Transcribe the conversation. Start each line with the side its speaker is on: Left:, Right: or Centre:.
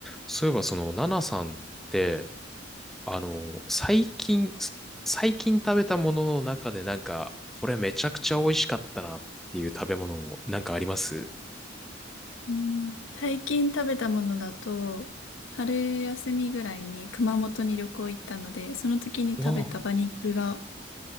Centre: そういえば、その、ナナさんって、あの、最近、す最近食べたものの中で、なんか、これめちゃくちゃ美味しかったなっていう食べ物、なんかあります
Left: うん最近食べたものだと、春休みぐらいに熊本に旅行行ったので、その時に食べた馬肉が
Centre: わ